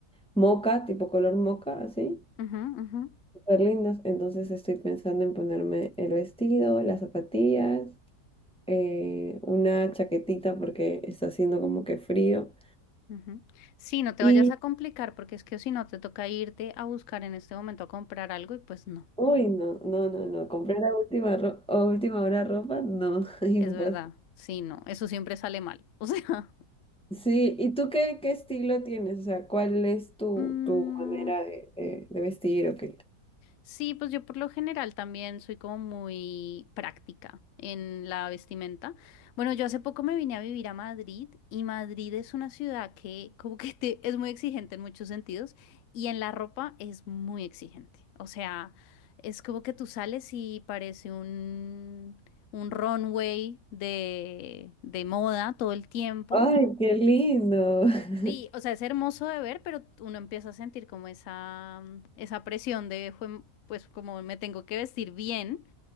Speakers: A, in the centre; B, on the left.
A: moca, tipo color moca, así.
B: Ujú, ujú,
A: Súper lindas. Entonces estoy pensando en ponerme el vestido, las zapatillas, eh, una chaquetita porque está haciendo como que frío.
B: ujú. Sí, no te
A: Y,
B: vayas a complicar porque es que si no te toca irte a buscar en este momento a comprar algo y pues no,
A: uy, no, no, no, no. Comprar a última, ro- a última hora ropa, no, <laughs> imposible.
B: es verdad. Sí, no, eso siempre sale mal. <laughs> O sea,
A: Sí, ¿y tú qué, qué estilo tienes? O sea, ¿cuál es tu,
B: mm,
A: tu manera de, de- de vestir o qué?
B: Sí, pues yo por lo general también soy como muy práctica en la vestimenta. Bueno, yo hace poco me vine a vivir a Madrid y Madrid es una ciudad que como que te- es muy exigente en muchos sentidos y en la ropa es muy exigente. O sea, es como que tú sales y parece un, un runway de, de moda todo el tiempo
A: ¡Ay, qué lindo! <laughs>
B: Sí, o sea, es hermoso de ver, pero uno empieza a sentir como esa, mm, esa presión de, "Jue- pues como me tengo que vestir bien.